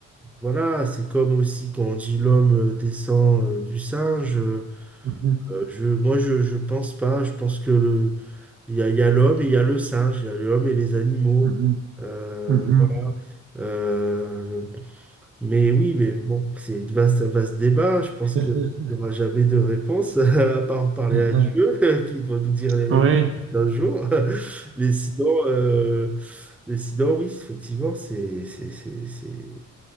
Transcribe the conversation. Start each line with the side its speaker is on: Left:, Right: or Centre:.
Centre: voilà, c'est comme aussi quand on dit l'homme euh, descend euh, du singe. euh,
Right: mhm,
Centre: euh, je, moi, je, je pense pas. Je pense que le, il y a, il y a l'homme et il y a le singe, il y a l'homme et les animaux.
Right: mhm,
Centre: Euh,
Right: mhm,
Centre: voilà. Euh, mais oui, mais bon, c'est un vaste, un vaste débat. Je pense
Right: mhm.
Centre: qu'il n'y aura jamais de réponse, <laughs> à part parler
Right: Mhm.
Centre: à Dieu, <laughs> qui doit nous dire les réponses
Right: <laughs> Ouais.
Centre: d'un jour. <laughs> Mais sinon, euh, mais sinon, oui, effectivement, c'est, c'est, c'est, c'est,